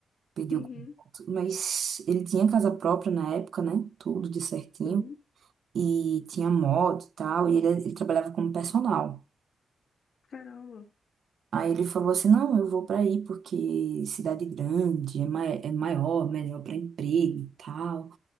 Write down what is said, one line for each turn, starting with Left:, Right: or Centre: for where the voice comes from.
Right: Pediu
Left: Uhum.
Right: contato. Mas ele tinha casa própria na época, né? Tudo de certinho.
Left: Sim.
Right: E tinha moto e tal. E ele, ele trabalhava como personal.
Left: Caramba.
Right: Aí ele falou assim, não, eu vou para aí porque cidade grande é, mai é maior, melhor para emprego e tal.